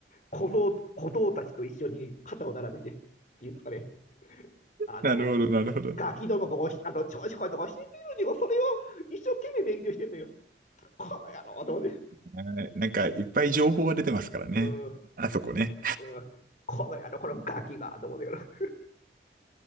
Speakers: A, on the left (about 45°); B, on the right (about 50°).
A: 小僧、小僧たちと一緒に肩を並べてっていうかね、あのー
B: なるほど、なるほど。
A: ガキどもがおしあの調子こいとか教えてるのにそれを一生懸命勉強してんのよ。この野郎と思って。
B: はいなんか、いっぱい情報が出てますからね。
A: うん
B: あそこね。
A: うんこの野郎、このガキが、と思ってから。